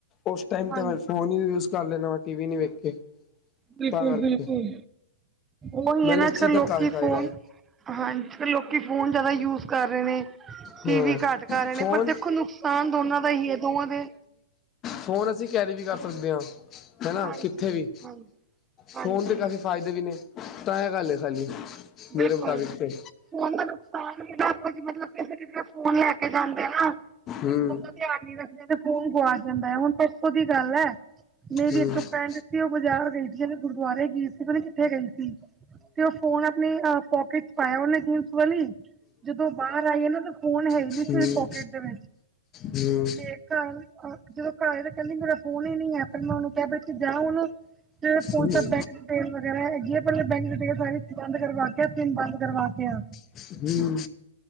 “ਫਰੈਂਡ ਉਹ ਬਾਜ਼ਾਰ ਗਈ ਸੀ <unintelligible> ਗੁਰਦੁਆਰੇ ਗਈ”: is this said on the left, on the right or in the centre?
Right